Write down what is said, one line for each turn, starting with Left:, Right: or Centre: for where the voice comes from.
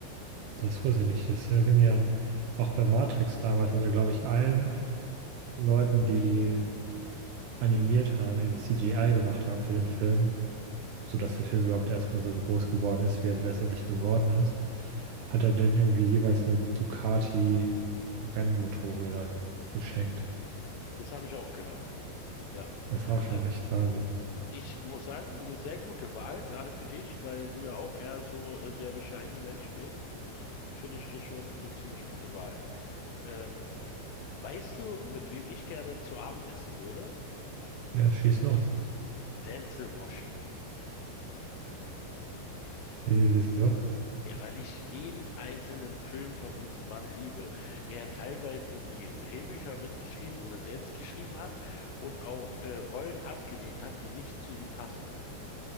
Right: Das wusste ich nicht. Das ist ja genial. Auch bei Matrix damals hat er, glaube ich, allen Leuten, die animiert haben, eben CGI gemacht haben für den Film sodass der Film überhaupt erstmal so groß geworden ist, wie er letztendlich geworden ist, hat er denen irgendwie jeweils eine Ducati Rennmotorräder geschenkt.
Left: Das habe ich auch gehört. Ja.
Right: Das ist auch schon
Left: Äh,
Right: echt Wahnsinn.
Left: Ich muss sagen, eine sehr gute Wahl, gerade für dich, weil du ja auch eher so äh, der bescheidene Mensch bist, finde ich das schon eine ziemlich gute Wahl. Ähm, weißt du, mit wem ich gerne zu Abend essen würde?
Right: Ja, schieß los.
Left: Denzel Washington.
Right: Wie- Wieso?
Left: Ja, Weil ich jeden einzelnen Film von diesem Mann liebe. Er teilweise die Drehbücher mitgeschrieben oder selbst geschrieben hat und auch äh, Rollen abgelehnt hat, die nicht zu ihm passen.